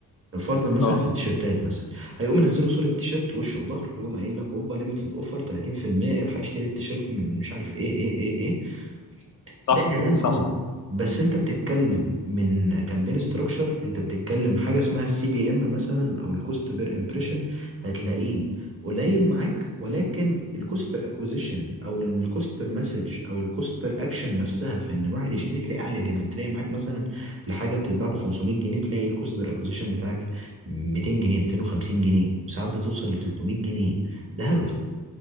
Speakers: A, on the right (about 30°); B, on the left (about 45°).
A: فرضا مثلا
B: اه
A: في التيشيرتات مثلا هيقوم منزله صورة تيشيرت وش وظهر ويقوم قايل لك اوبا ليميتد اوفر 30% الحق اشتري التيشيرت من مش عارف ايه ايه ايه ايه
B: صح
A: ده اعلان
B: صح
A: اه بس انت بتتكلم من كامبين ستراكشر انت بتتكلم حاجه اسمها السي بي ام مثلا او الكوست بير امبريشن هتلاقيه قليل معاك ولكن الكوست بير اكوزيشن او الكوست بير مسج او الكوست بير اكشن نفسها في ان الواحد يشتري تلاقيها عاليه جدا تلاقي معاك مثلا لحاجه بتتباع ب 500 جنيه تلاقي الكوست بير اكوزيشن بتاعك 200 جنيه 250 جنيه وساعات بتوصل ل 300 جنيه ده هبل